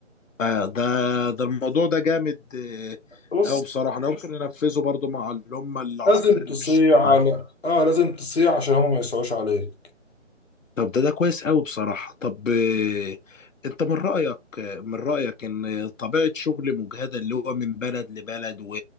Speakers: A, on the left (about 85°); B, on the left (about 55°).
A: آه ده ده الموضوع ده جامد آه،
B: بص
A: او بصراحة انا ممكن انفذه برضو مع اللي هم العصافير
B: لازم
A: اللي
B: تصيع
A: في الشارع
B: على اه لازم تصيع عشان هما ما يسعوش عليك
A: طب ده ده كويس قوي بصراحة طب آه، انت من رأيك آه، من رأيك ان طبيعة شغل مجهدة اللي هو من بلد لبلد و...